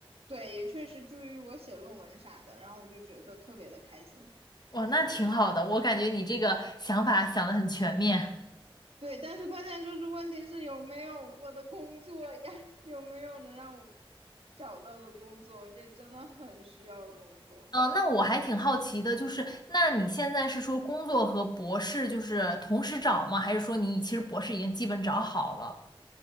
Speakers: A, on the right (about 80°); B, on the left (about 45°).
A: 对，也确实助于我写论文啥的，然后我就觉得特别的开心。
B: 哇，那挺好的，我感觉你这个想法想得很全面。
A: 对，但是关键就是问题是有没有我的工作呀？<laughs> 有没有能让我找到的工作？这真的很需要工作。
B: 呃，那我还挺好奇的，就是那你现在是说工作和博士就是同时找吗？还是说你其实博士已经基本找好了？